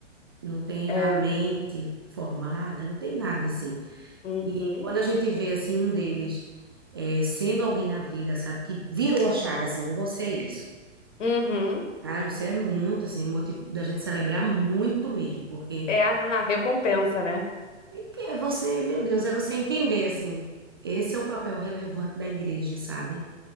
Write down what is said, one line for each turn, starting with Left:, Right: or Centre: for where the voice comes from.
Right: Não tem
Left: É.
Right: a mente formada, não tem nada assim.
Left: Uhum.
Right: E quando a gente vê, assim, um deles é, sendo alguém na vida, sabe, que virou a chave, assim, não vou ser isso.
Left: Uhum.
Right: Caramba, isso é muito, assim, motivo da gente celebrar muito mesmo, porque
Left: É a recompensa, né?
Right: é que é você, meu Deus, é você entender, assim, esse é o papel relevante da igreja, sabe,